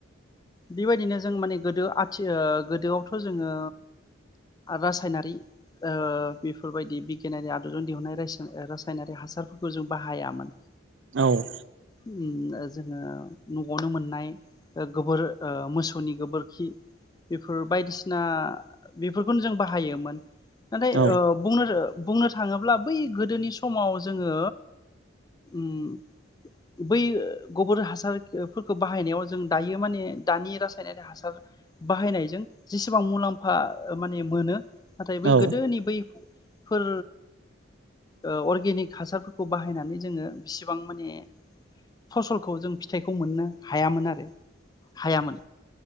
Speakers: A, on the left (about 20°); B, on the right (about 65°).
A: बेबायदिनो जों माने गोदो आथि ओ गोदोयावथ' जोङो रासायनारि ओ बेफोरबायदि बिगियानारि आदबजों दिहुननाय रासायन रासायनारि हासारफोरखौ जों बाहायामोन।
B: औ।
A: उम जोङो नयावनो मोननाय ओ गोबोर ओ मोसौनि गोबोरखि बेफोर बायदिसिना बेफोरखौनो जों बाहायोमोन। नाथाय
B: औ
A: ओ बुंनोरो बुंनो थाङोब्ला बै गोदोनि समाव जोङो ओम बै गबर हासारफोरखौ बाहायनायाव जों दायो माने दानि रासायनारि हासार बाहायनायजों जेसेबां मुलाम्फा माने मोनो नाथाय बै
B: औ
A: गोदोनि बै फोर ओ अर्गेनिक हासारफोरखौ बाहायनानै जोङो बेसेबां माने फसलखौ जों फिथाइखौ मोननो हायामोन आरो हायामोन।